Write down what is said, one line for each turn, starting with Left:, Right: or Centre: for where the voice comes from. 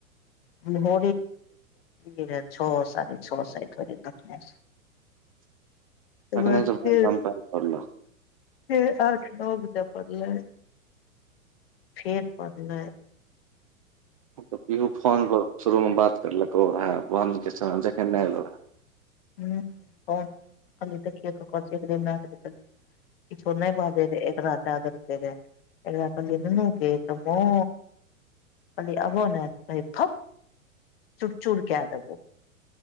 Left: भ रह छओ साढ़े छओ साोड़े कने।
Right: <inaudible>
Left: त
Right: तखने
Left: बाद
Right: से
Left: फेर
Right: भरि दम पानि पड़लौ
Left: फर आठ नओ बजे पड़ले। फेर बढ़लइ
Right: तऽ फोन पर शुरूमे बात करलकौ रहऽ बीक जखन नहि एलौ रहऽ।
Left: ह कहन की ती क क की। किछो नहि बाजै रह एक राजा दके रहे ए क द ककबो कहली अबो ने कह भक चुड़ चुड़ क देबो